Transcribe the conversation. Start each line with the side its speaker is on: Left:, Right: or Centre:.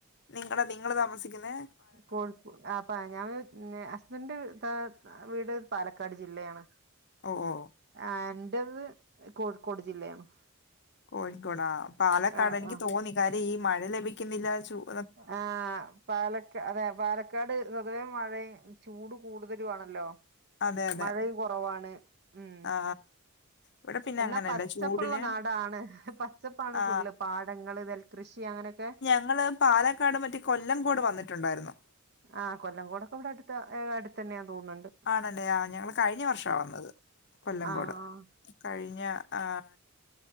Left: നിങ്ങള് നിങ്ങള് താമസിക്കുന്നേ
Right: കോഴിക്കോ ആ പാ ഞാൻ ഹസ്ബൻഡ് താ വീട് പാലക്കാട് ജില്ലയാണ്.
Left: ഓ ഓ
Right: ആ എന്റത് കോഴിക്കോട് ജില്ലയാണ്.
Left: കോഴിക്കോടാ പാലക്കാട്
Right: ആഹ്
Left: എനിക്ക്
Right: ആഹ്
Left: തോന്നി കാര്യം ഈ മഴ ലഭിക്കുന്നില്ല ചു-
Right: ആഹ് പാലക് അതെ പാലക്കാട് പൊതുവേ മഴയ് ചൂട് കൂടുതലും ആണല്ലോ
Left: അതെ അതെ
Right: മഴയും കൊറവാണ് ഉം
Left: ആ ഇവിടെ പിന്നെ
Right: എന്നാ
Left: അങ്ങനെയല്ല
Right: പച്ചപ്പ്ള്ള
Left: ചൂടിന്
Right: നാടാണ് പച്ചപ്പാണ്
Left: ആ
Right: ഫുള്ള് പാ ഇണ്ട ഇങ്ങള് നെൽ കൃഷി അങ്ങനൊക്കെ
Left: ഇങ്ങള് പാലക്കാട് മറ്റേ കൊല്ലംകോട് വന്നിട്ടുണ്ടായിരുന്നോ.
Right: ആഹ് കൊല്ലം കോടൊക്കെ ഇവിടെ അടുത്താ ഏ അടുത്തന്നെയാന്ന് തോന്ന്ന്നുണ്ട്.
Left: ആണല്ലേ ആഹ് ഞങ്ങള് കഴിഞ്ഞ വർഷാ വന്നത് കൊല്ലംകോട്
Right: ആഹ്
Left: കഴിഞ്ഞ ആഹ്